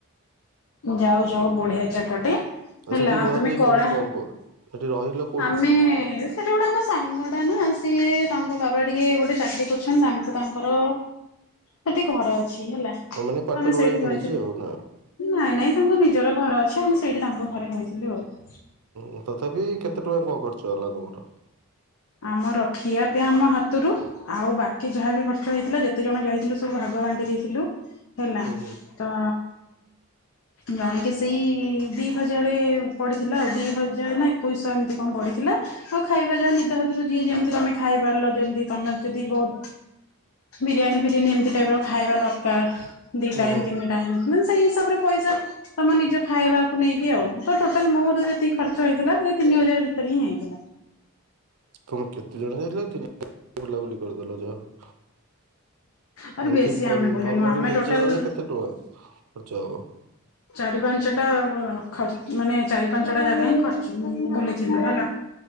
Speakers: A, on the left (about 65°); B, on the right (about 85°).
A: ହୁଁ ଯାଉଚ ଆଉ ବଢିଆ ଜାଗାଟେ।
B: ଆଉ
A: ହେଲା
B: ସେଠି ରୁହା
A: ତମେ
B: ରୁହି
A: କଳା
B: କେମତି କଁ ପ ସେଠି ରହିିଲ
A: ଆମେ ସେଠି ଗୋଟେ ଆମ ସାଙ୍ଗ ଟା ନା ସିଏ ତାଙ୍କ ବାବା ଟିକେ ଗୋଟେ ଚାକିରି କରିଛନ୍ତି ତାଙ୍କୁ ତାଙ୍କର ସେଠି ଘର ଅଛି ହେଲା
B: ହଁ, ମାନେ କ୍ଵାର୍ଟର
A: ଆମେ
B: ଭଳିଆ
A: ସେଇଠି
B: ମିଳିଛି
A: ରହିଥିଲୁ।
B: ଆଉ ନା।
A: ନାଇଁ ନାଇଁ ସେମିତି ନିଜର ଘର ଅଛି ଆମେ ସେଇଠି ତାଙ୍କ ଘରେ ରହିଥିଲି ଆଉ।
B: ଉଁ ତଥାପି କେତେ ଟଙ୍କା କଁ ଖର୍ଚ୍ଚ ହେଲା ତମର?
A: ଆମର ଖିଆ ପିଆ ଆମ ହାତୁରୁ। ଆଉ ବାକି ଯାହାବି ଖର୍ଚ୍ଚ ହେଇଥିଲା ଯେତେ ଜଣ ଯାଇଥିଲୁ ସବୁ ଭାଗ ବାଣ୍ଟି ଦେଇଥିଲୁ ହେଲା।
B: ହୁଁ ହୁଁ
A: ତ ଜଣକେ ସେଇ ଦି ହଜାରେ ପଡ଼ିଥିଲା ଆଉ ଦି ହଜାରେ ନା ଏକୋଇଶହ ଏମିତି କଣ ପଡ଼ିଥିଲା। ହଁ ଖାଇବା ଯାହା ନିଦ ହାତୁରୁ ଯିଏ ଯେମିତି ତମେ ଖାଇ ପାରିଲ ଯେମିତି ତମେ ଯଦି ବହୁତ ବିରିୟାନୀ ଫିରିୟାନୀ ଏମିତି ଟାଇପ ର ଖାଇବା ଦରକାର ଦି
B: ହୁଁ
A: ଟାଇମ୍
B: ହୁଁ
A: ତିନି ଟାଇମ। ହଁ ସେଇ ହିସାବରେ ପଇସା ତମ ନିଜ ଖାଇବାକୁ ନେଇକି ଆଉ ତ ଟୋଟାଲ ମୋର ଯେତିକ୍ ଖର୍ଚ୍ଚ ହେଇଥିଲା ସେ ତିନି ହଜାର ଭିତରେ ହିଁ ହେଇଥିଲା।
B: ତମେ କେତେ ଜଣ ଯାଇଥିଲ କି <unintelligible> ବୁଲାବୁଲି କରିଦେଲ ଯାହାହଉ।
A: ଆରେ
B: ଏମିତି
A: ବେଶୀ
B: ଫର୍-ଫର୍ମାଲି
A: ଆମେ ବୁଲିନୁ ଆମେ
B: ନିଜେ
A: ଟୋଟାଲ
B: ଗଲେ କେତେ ଟଙ୍କା ଖର୍ଚ୍ଚ ହବ?
A: ଚାରି ପାଞ୍ଚଟା ଖର୍ଚ ମାନେ ଚାରି ପାଞ୍ଚଟା ଜାଗା ହିଁ ଖର୍ଚ୍ଚ ବୁଲିଥିଲୁ ହେଲା।